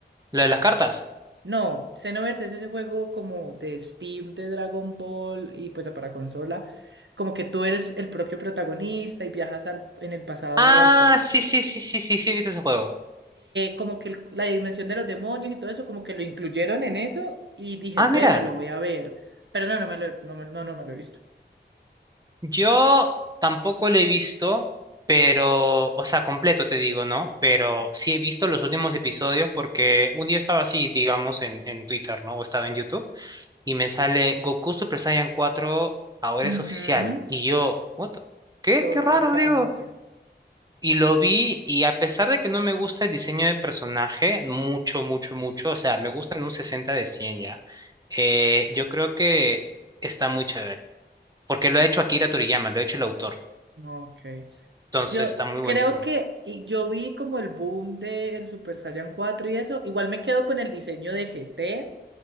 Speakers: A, on the right; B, on the right.
A: la de las cartas.
B: No, Xenoverse es ese juego como de Steam, de Dragon Ball y pues para consola. Como que tú eres el propio protagonista y viajas al- en el pasado
A: Ah,
B: o al futuro.
A: sí, sí, sí, sí, sí, sí, viste ese juego.
B: como que el- la dimensión de los demonios y todo eso, como que lo incluyeron en eso y dije,
A: Ah,
B: bueno,
A: mira.
B: me lo voy a ver. Pero no, no me lo, no, me- no, no me lo he visto.
A: Yo tampoco lo he visto, pero, o sea, completo te digo, ¿no? Pero sí he visto los últimos episodios porque un día estaba así, digamos, en, en Twitter, ¿no? O estaba en YouTube y me sale Goku Super Saiyan cuatro ahora
B: Ujú,
A: es oficial. Y yo, what? ¿Qué?
B: Se volvió
A: Qué raro,
B: canon,
A: digo.
B: sí.
A: Y lo vi y a pesar de que no me gusta el diseño de personaje, mucho, mucho, mucho, o sea, me gusta en un 60 de 100 ya, eh, yo creo que está muy chévere. Porque lo ha hecho Akira Toriyama, lo ha hecho el autor.
B: No, Ok.
A: Entonces
B: Yo
A: está muy
B: creo
A: bonito.
B: que y yo vi como el boom del Super Saiyan cuatro y eso. Igual me quedo con el diseño de GT.